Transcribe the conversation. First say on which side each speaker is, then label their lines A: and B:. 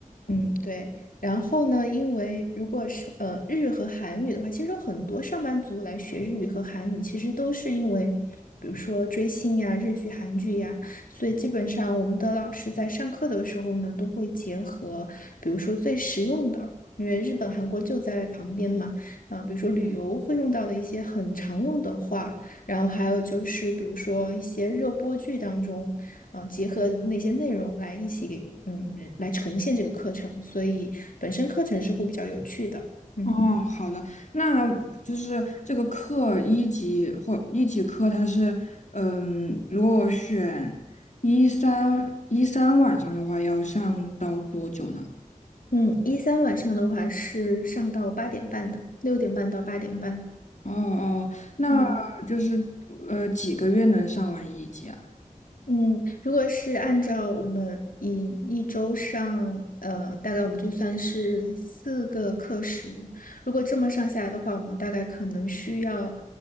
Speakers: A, on the left; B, on the left.
A: 嗯，对。然后呢，因为如果是呃日语和韩语的话，其实有很多上班族来学日语和韩语，其实都是因为，比如说追星呀、日剧、韩剧呀，所以基本上我们的老师在上课的时候呢，都会结合，比如说最实用的，因为日本、韩国就在旁边嘛，啊、比如说旅游会用到的一些很常用的话。然后还有就是，比如说一些热播剧当中，嗯、结合那些内容来一起给，嗯，来呈现这个课程，所以本身课程是会比较有趣的。嗯
B: 哦，好的，那就是这个课一级或一级课，它是，嗯，如果我选一三一三晚上的话，要上到多久呢？
A: 嗯，一三晚上的话是上到八点半的，六点半到八点半。
B: 哦哦，那就是
A: 嗯。
B: 呃几个月能上完一级啊？
A: 嗯，如果是按照我们以一周上，呃，大概我们就算是四个课时，如果这么上下来的话，我们大概可能需要，